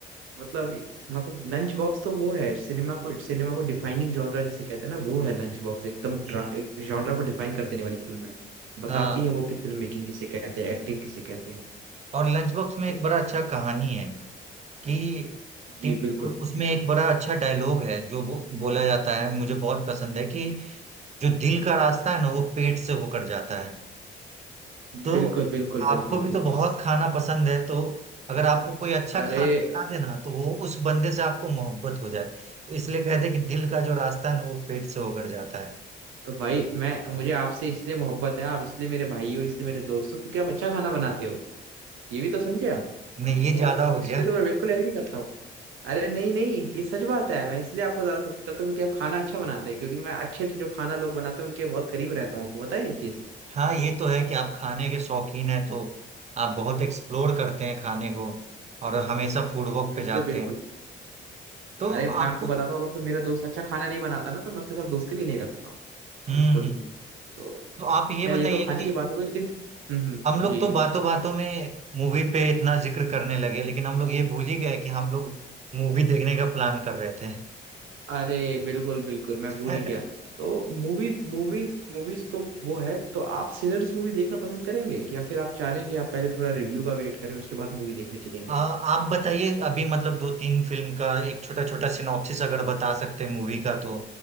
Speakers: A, on the right (about 80°); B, on the right (about 35°).
A: मतलब मतलब लंच बॉक्स तो वो है सिनेमा को सिनेमा को डिफाइनिंग जॉनरा जिसे कहते हैं ना वो है लंच बॉक्स एकदम
B: हम्म।
A: ट्रा- एक जॉनरा को डिफाइन कर देने वाली फिल्म है बताती
B: हाँ
A: है वो कि फिल्म मेकिंग किसे कहते हैं एक्टिंग किसे कहते हैं
B: और लंच बॉक्स में
A: तो
B: एक बड़ा अच्छा कहानी है कि,
A: जी
B: कि
A: बिल्कुल
B: उसमें एक बड़ा अच्छा डायलॉग है जो बो, बोला जाता है मुझे बहुत पसंद है कि जो दिल का रास्ता है ना वो पेट से होकर जाता है तो
A: बिल्कुल बिल्कुल बिल्कुल
B: आपको भी
A: बिल्कुल
B: तो बहुत खाना पसंद है तो अगर आपको कोई अच्छा
A: अरे
B: खाना खिला
A: अ,
B: देना तो वो उस बंदे से आपको मोहब्बत हो जाए तो इसलिए कहते हैं कि दिल का जो रास्ता है ना वो पेट से होकर जाता है
A: तो भाई मैं मुझे आपसे इसलिए मोहब्बत है आप इसलिए मेरे भाई हो इसलिए मेरे दोस्त हो क्योंकि आप अच्छा खाना बनाते हो ये भी तो समझे आप
B: नहीं ये
A: तो
B: ज्यादा हो
A: इस
B: गया
A: पे तो मैं बिल्कुल एग्री करता हूँ अरे नहीं नहीं ये सच बात है मैं इसलिए आपको ज्यादा पसंद करता हूँ क्योंकि आप खाना अच्छा बनाते हैं क्योंकि मैं अच्छे जो खाना लोग बनाते हैं उनके बहुत करीब रहता हूँ आपको पता है ये चीज
B: हाँ ये तो है कि आप खाने के शौकीन हैं तो आप बहुत एक्सप्लोर करते हैं खाने को और हमेशा फूड वॉक
A: बिल्कुल
B: पे जाते
A: बिल्कुल
B: हैं तो
A: अरे मैं
B: आपको
A: आपको बताता हूँ अगर कोई मेरा दोस्त अच्छा खाना नहीं बनाता ना तो मैं उसके साथ दोस्ती भी नहीं रखता
B: हम्म
A: बिल्कुल तो
B: तो आप ये
A: खैर
B: बताइए
A: ये तो खाने
B: कि
A: की बात हो गई लेकिन हम्म हम्म
B: हम लोग
A: जी
B: तो
A: जी
B: बातों बातों में मूवी पे इतना जिक्र करने लगे लेकिन हम लोग ये भूल ही गए कि हम लोग मूवी देखने का प्लान कर रहे थे
A: अरे बिल्कुल बिल्कुल मैं
B: <laughs>
A: भूल ही गया तो मूवीज मूवीज मूवीज तो वो है तो आप सिनर्स मूवी देखना पसंद करेंगे या फिर आप चाह रहे हैं कि आप पहले थोड़ा रिव्यू का वेट करें उसके बाद मूवी देखने चलेंगे
B: आ, आप बताइए अभी मतलब दो तीन फिल्म का एक छोटा छोटा सिनॉप्सिस अगर बता सकते हैं मूवी का तो